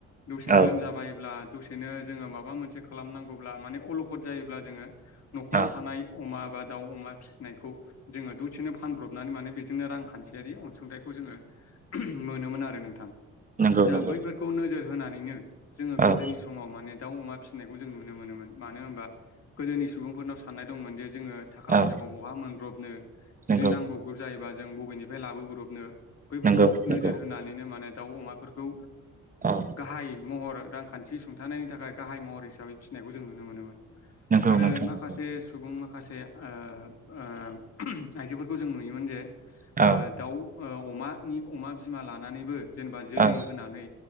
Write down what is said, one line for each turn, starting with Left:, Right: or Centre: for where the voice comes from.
Left: दसेनो
Right: औ
Left: लोमजाबायोब्ला दसेनो जोङो माबा मोनसे खालामनांगौब्ला माने अलखद जायोब्ला जोङो न'खराव
Right: औ
Left: थानाय अमा बा दाउ अमा फि बेखौ जोङो द'सेनो फानब्रबनानै माने बेजोंनो रांखानथियारि अनसुंथाइखौ जोङो मोन नुनो मोनो आरो नोंथां
Right: नंगौ
Left: दा
Right: नंगौ
Left: बैफोरखौ नोजोर होनानैनो जोङो गोदोनि
Right: औ
Left: समाव माने दाउ अमा फिसिनायखौ जों नुनो मोनोमोन मानो होनबा गोदोनि सुबुंफोरनाव साननाय दंमोन जे जोङो थाखा
Right: औ
Left: फैसा ब'हा मोनब्रबनो जुदि
Right: नंगौ
Left: नांबावग्रब जायोबा जों बबेनिफ्राय लाबोब्रबनो बैफोरखौ
Right: नंगौ
Left: नोजोर
Right: नंगौ
Left: होनानैनो माने दाउ अमाफोरखौ
Right: औ
Left: गाहाय महर रांखानथि सुंथानायनि थाखाय गाहाय महर हिसाबै फिसिनायखौ जों नुनो मोनोमोन
Right: नंगौ
Left: आरो
Right: नोंथां
Left: माखासे
Right: नंगौ
Left: सुबुं माखासे माखासे ओ ओ आइजोफोरखौ जों नुयोमोन जे आ
Right: औ
Left: दाउ अमानि अमा बिमा लानानैबो जेनेबा जोलै
Right: औ
Left: होनानै